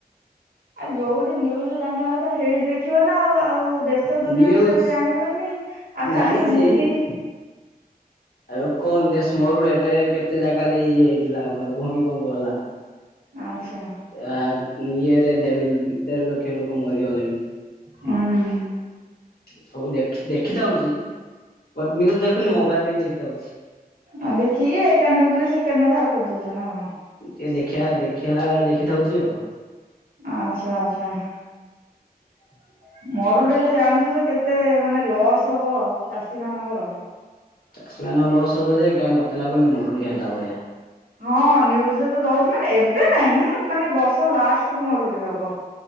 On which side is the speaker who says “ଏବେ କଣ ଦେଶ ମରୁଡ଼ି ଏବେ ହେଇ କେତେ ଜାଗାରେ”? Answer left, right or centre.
Left